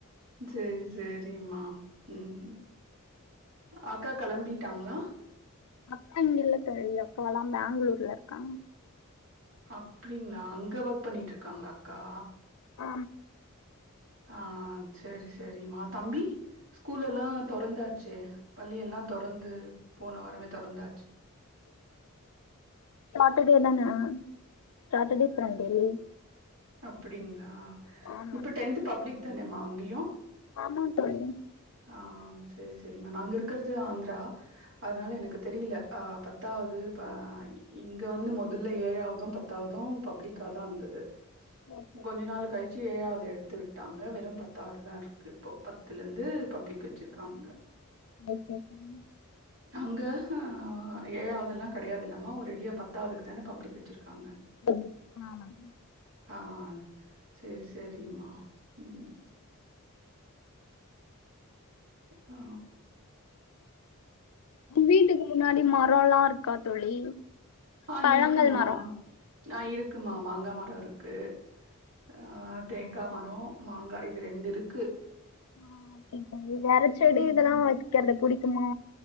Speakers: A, on the right; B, on the left.
A: சேரி சேரிம்மா ம் அக்கா கெளம்பிட்டாங்களா
B: அக்கா இங்கல்ல தோழி அக்கால்லா பேங்களூர்ல இருக்காங்க
A: அப்டிங்களா அங்க ஒர்க் பண்ணிட்டு இருக்காங்களா அக்கா
B: ஆ
A: ஆ ஆ செரி செரிம்மா தம்பி ஸ்கூல்லல்லா தொறந்தாச்சே பள்ளி எல்லா தொறந்து போன வாரமே தொறந்தாச்சு
B: சாட்டர்டே தானா சாட்டர்டே சண்டே லீவ்
A: அப்டிங்களா
B: ஆமா
A: இப்ப டென்த்து பப்ளிக் தானேம்மா அங்கியு
B: ஆமா தோழி
A: ஆ செரி செரிம்மா நாங்க இருக்கறது ஆந்திரா அதனால எனக்கு தெரியில ஆ பத்தாவது ப இங்க வந்து மொதல்ல ஏழாவதும் பத் த்தாதும் பப்ளிக்காதா இருந்தது
B: ஆ
A: கொஞ்ச நாள் கழிச்சு ஏழாவது எடுத்து விட்டாங்க வெறும் பத்தாவதுதா இருக்கு இப்போ பத்துலேருந்து பப்ளிக்கு வச்சிருக்காங்க
B: <unintelligible>
A: அங்க ஆ ஏழாவதெல்லா கெடையாது இல்லம்மா ஒரடியா பத்தாவதுக்கு தான பப்ளிக் வச்சிருக்காங்க
B: ம் ஆமாங்க
A: ஆ சேரி சேரிம்மா ம் ஆ
B: வீட்டுக்கு முன்னாடி மரோல்லா இருக்கா தோழி
A: ஆ
B: பழங்கள்
A: இருக்குமா
B: மரோ
A: ஆ இருக்குமா மாங்கா மர இருக்கு ஆ தேங்கா மரோ மாங்கா இது ரெண்டு இருக்கு
B: ஆ ஓகே தோழி வேற
A: ம்
B: செடி இதெல்லா வக்கறத புடிக்குமா